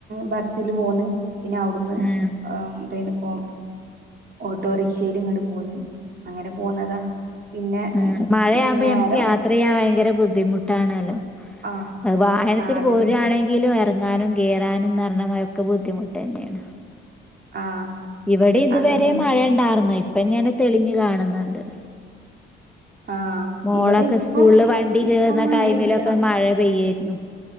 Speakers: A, on the right; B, in the centre.
A: ബസ്സില് പോന്ന് പിന്നെ അവിടുന്ന്
B: ആഹ്
A: എന്തേനിപ്പോ. ഓട്ടോറിക്ഷേൽ ഇങ്ങ്ട്ട് പോന്നു അങ്ങനെ പോന്നതാ പിന്നെ
B: ആ മഴയാകുമ്പോ
A: നേരം
B: നമക്ക് യാത്ര ചെയ്യാൻ ഭയങ്കര ബുദ്ധിമുട്ടാണല്ലോ.
A: ആഹ്
B: വാഹനത്തിന്
A: ആഹ് അതെ
B: പോരുവാണെങ്കിലും ഇറ ഇറങ്ങാനും കയറാനും ന്നാർ ണമായൊക്കെ ബുദ്ധിമുട്ടുന്നേണ്
A: ആഹ്
B: ഇവിടെ ഇതുവരെ
A: അതന്നെ
B: മഴ ഉണ്ടായിർന്നു ഇപ്പൊ ഇങ്ങനെ തെളിഞ്ഞു കാണുന്നുണ്ട്
A: ആഹ്
B: മോളൊക്കെ
A: ഇവിടെ ഇപ്പം
B: സ്കൂളില് വണ്ടി
A: ഇപ്പം
B: കേറുന്ന
A: മഴ
B: ടൈമിലൊക്കെ
A: ഇല്ല
B: മഴ പെയ്യായിരുന്നു